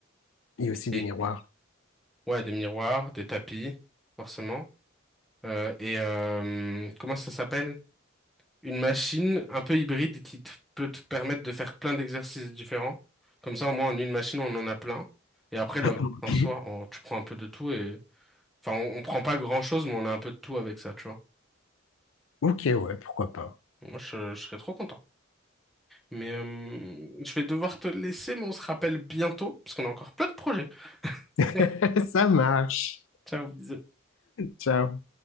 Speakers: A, on the left; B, in the centre.
A: Et aussi des
B: Et
A: miroirs.
B: ouais, des miroirs, des tapis, forcément. Euh, et euh, comment ça s'appelle? Une machine un peu hybride qui te- peut te permettre de faire plein d'exercices différents. Comme ça, au moins, en une machine, on en a plein. Et après, le reste,
A: Ok,
B: en soi, on- tu prends un peu de tout et... Enfin, on, on prend pas grand-chose, mais on a un peu de tout avec ça, tu vois.
A: Ok, ouais, pourquoi pas.
B: Moi, je, je serais trop content. Mais euh, je vais devoir te laisser, mais on se rappelle bientôt, parce qu'on a encore plein de projets.
A: <laughs>
B: <laughs>
A: Ça marche.
B: Ciao, bisous.
A: Ciao.